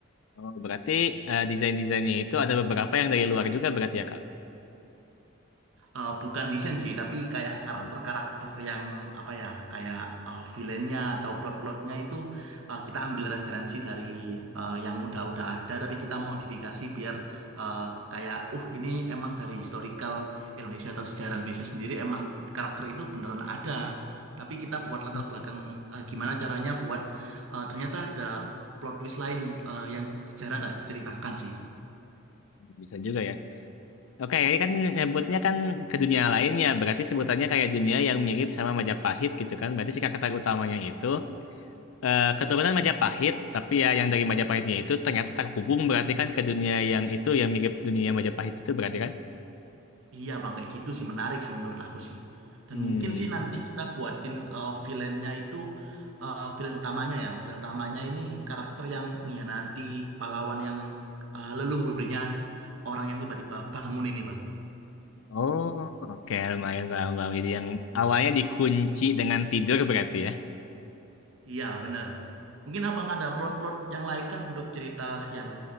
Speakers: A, on the left; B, on the right.
A: Oh, berarti eh, desain-desainnya itu ada beberapa yang dari luar juga berarti ya Kak.
B: eh, bukan desain sih, tapi kayak karakter-karakter
A: Oh.
B: yang apa ya, kayak eh, villainnya atau plot-plotnya itu eh, kita ambil referensi dari eh, yang udah-udah ada, tapi kita modifikasi biar eh, kayak, uh ini emang dari historical Indonesia atau sejarah Indonesia sendiri emang karakter itu beneran ada. Tapi kita
A: Hmm,
B: buat latar belakang eh, gimana caranya buat eh, ternyata ada plot twist lain eh, yang jarang nggak ceritakan sih.
A: Bisa juga ya. Oke, ini kan nyebutnya kan ke dunia lain ya. Berarti sebutannya kayak dunia yang mirip sama Majapahit gitu kan. Berarti si karakter utamanya itu eh, keturunan Majapahit, tapi ya yang dari Majapahitnya itu ternyata terhubung berarti kan ke dunia yang itu yang mirip dunia Majapahit itu berarti kan?
B: Iya bang, kayak gitu sih menarik sih menurut aku sih. Dan
A: Hmm.
B: mungkin sih nanti kita buatin eh, villainnya itu eh, villain utamanya ya. Villain utamanya ini karakter yang nanti pahlawan yang eh, leluhurnya orang yang tiba-tiba bangun ini bang.
A: Oh, oke lumayan paham, paham. Jadi yang awalnya dikunci dengan tidur berarti ya.
B: Iya bener. Mungkin abang ada plot-plot yang lain kah untuk cerita yang